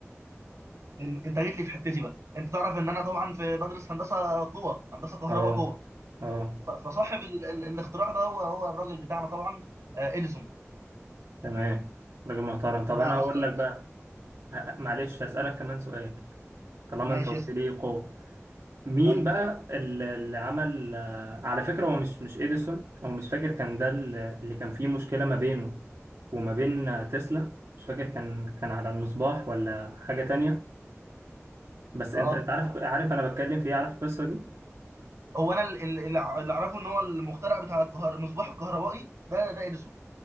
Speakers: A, on the right; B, on the right.
A: إن- انت جيت لي في حتتي بقى انت تعرف ان انا طبعا في بدرس هندسه قوه هندسه كهرباء
B: اه
A: قوه
B: اه
A: ف- فصاحب ال- ال- الاختراع ده هو هو الراجل بتاعنا طبعا آه، اديسون
B: تمام راجل محترم طب
A: ده
B: انا هقول
A: اصلا
B: لك بقى ه- معلش هسألك كمان سؤال طالما
A: ماشي
B: انت قلت
A: اسأل
B: لي قوة مين
A: ايوه
B: بقى ال- اللي عمل آه، على فكرة هو مش مش اديسون او مش فاكر كان ده ال- اللي كان فيه مشكلة ما بينه وما بين آه، تسلا مش فاكر كان كان على المصباح ولا حاجة تانية بس
A: اه
B: انت انت عارف عارف انا بتكلم في ايه عارف القصه دي
A: هو انا ال- ال- اللي ع- اللي اعرفه ان هو المخترع بتاع الكهر... المصباح الكهربائي ده ده اديسون